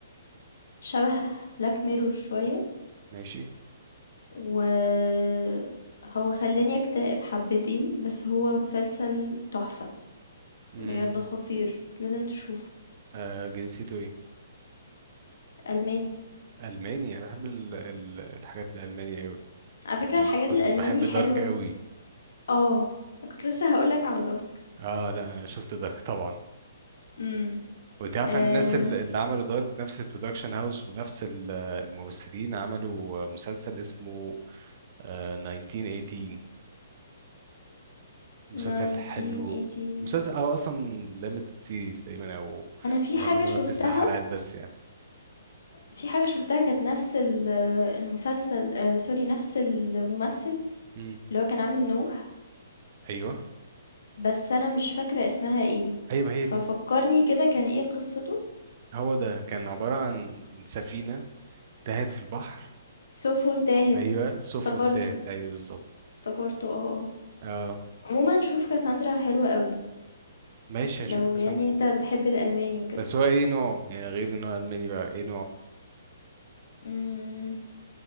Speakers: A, on the left; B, on the right.
A: شبه بلاك ميرور شوية،
B: ماشي
A: وهو خلّاني أكتئب حبتين، بس هو مسلسل تحفة،
B: امم
A: بجد خطير، لازم تشوفه،
B: آه جنسيته ايه
A: ألماني،
B: المانيا بحب ال- ال- الحاجات الالمانية قوي
A: على فكرة
B: يعني
A: الحاجات
B: كنت
A: الألماني
B: بحب
A: حلوة.
B: دارك قوي
A: آه، كنت لسه هاقول لك على دارك.
B: اه لا انا شفت دارك طبعا
A: إمم،
B: وانت عارف
A: آآ
B: ان الناس ال- اللي عملوا دارك نفس البرودكشن هاوس ونفس ال- الممثلين عملوا مسلسل اسمه آه، 1918 مسلسل
A: 1918
B: حلو مسلسل او اصلا ليميتد سيريز تقريبا او
A: أنا في
B: المهم
A: حاجة
B: ان هو
A: شُفتها
B: تسع حلقات بس يعني
A: في حاجة شُفتها كانت نفس ال المسلسل آآ sorry نفس الممثل،
B: امم
A: اللي هو كان عامل نوح،
B: ايوه
A: بس أنا مش فاكرة اسمها إيه،
B: ايوه ما هي دي
A: ففكّرني كده كان إيه قصّته؟
B: هو ده كان عبارة عن سفينة تاهت في البحر
A: سيفه انتهت،
B: ايوه سفن
A: افتكرته،
B: تاهت ايوه بالظبط
A: افتكرته آه، آه.
B: اه
A: عمومًا شوف كاساندرا حلوة أوي،
B: ماشي هشوف
A: لو
B: كاساندرا
A: يعني أنت بتحب الألماني وكده.
B: بس هو ايه نوعه يعني غير ان هو الماني بقى ايه
A: إمم،